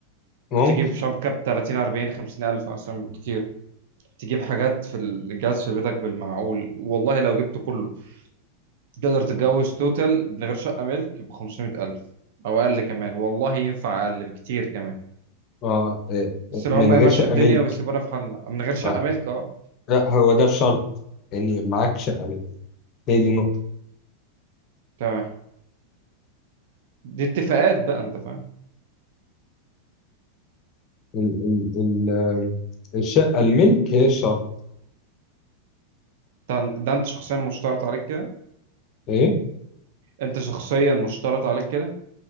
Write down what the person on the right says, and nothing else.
ممكن تجيب شبكة ب 30 40 50 الف اصلا بكتير تجيب حاجات في الجهاز في بيتك بالمعقول والله لو جبته كله تقدر تتجوز توتال من غير شقة ملك ب 500 الف او اقل كمان والله ينفع اقل بكتير كمان
بس
لو
هما
يمشوا
الدنيا
ويسيبونا في حالنا من غير شقة
ملك اه
تمام دي اتفاقات بقى انت فاهم
ده ده انت شخصيا مشترط عليك كده
انت شخصيا مشترط عليك كده